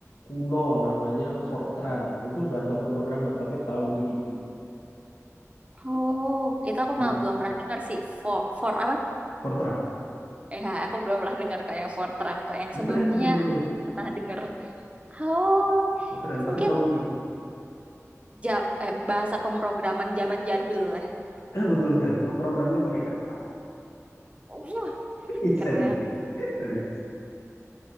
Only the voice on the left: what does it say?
kuno namanya Fortran itu bahasa pemrograman tapi tahun 70
Itu
Fortran
ngetren
itu dulu
ngetren
tapi
tahun 70
eh betul sekali ngeprogramnya pakai kertas
<laughs> it's
serius <laughs> serius